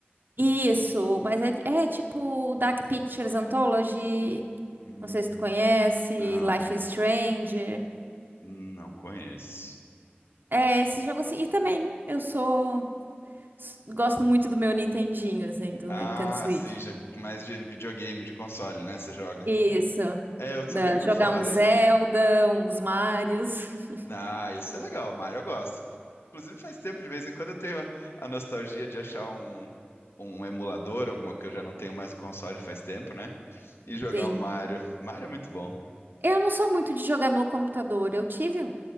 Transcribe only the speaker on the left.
Hum,
não,
não conheço.
Ah,
sim, já- mais de videogame, de console, né? Você joga.
É, eu
sou bem por
fora
desses.
Ah, isso é legal, Mario, eu gosto. Inclusive, faz tempo, de vez em quando eu tenho a nostalgia de achar um, um emulador, alguma que eu já não tenho mais o console faz tempo, né? E jogar
um Mario. Mario é muito bom.